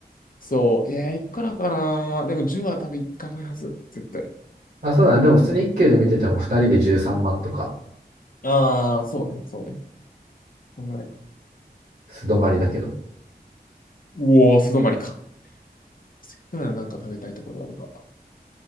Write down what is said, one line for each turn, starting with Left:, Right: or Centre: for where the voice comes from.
Left: そう、いや、いくらかな。でも、10は多分いかないはず、絶対。
Right: あ、そうだね。でも普通に1級で見てても2人で13万とか、
Left: ああ、そうね、そうね。そんぐらいか。
Right: 素泊まりだけど。
Left: うおー、素泊まりか。せっかくならなんか食べたいところあるか。